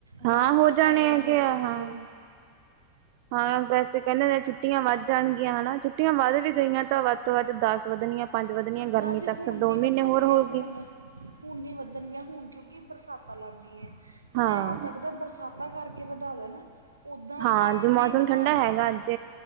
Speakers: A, on the right (about 45°); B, on the right (about 80°).
A: ਹਾਂ
B: ਜਾਨ
A: ਹੋ
B: ਕੇ
A: ਜਾਣੇ
B: ਪਏ ਨੇ
A: ਹੈਗੇ
B: ਬੱਚੇ
A: ਆ ਹਾਂ
B: ਸਗੋਂ।
A: ਹਾਂ ਵੈਸੇ ਕਹਿੰਦੇ ਨੇ ਛੁੱਟੀਆਂ ਵੱਧ ਜਾਣਗੀਆਂ ਹਨਾ ਛੁੱਟੀਆਂ ਵੱਧ ਵੀ ਗਈਆਂ ਤਾਂ ਵੱਧ ਤੋਂ ਵੱਧ ਦਸ ਵਧਣੀਆਂ, ਪੰਜ ਵਧਣੀਆਂ
B: ਨਾ
A: ਗਰਮੀ
B: ਜੀ
A: ਤਾਂ ਅਕਸਰ
B: ਹੁਣ
A: ਦੋ
B: ਨਹੀਂ
A: ਮਹੀਨੇ
B: ਵਧਣ
A: ਹੋਰ
B: ਗਿਆ
A: ਹੋਊਗੀ।
B: ਹੁਣ ਹੁਣ ਨੀ ਵੱਧਣਗੀਆਂ ਹੁਣ ਕਿਉਂਕਿ ਬਰਸਾਤਾਂ ਲੱਗ ਗਈਆਂ, ਹੁਣ
A: ਹਾਂ
B: ਇਹ ਹੋ ਸਕਦਾ ਬਰਸਾ ਬਰਸਾਤਾਂ ਕਰਕੇ ਵਧਾ ਦੇਣ, ਉੱਦਾਂ
A: ਹਾਂ
B: ਤਾਂ
A: ਜੋ
B: ਨਹੀਂ
A: ਮੌਸਮ
B: ਵਧਾਉਣਗੇ।
A: ਠੰਡਾ ਹੈਗਾ ਅੱਜ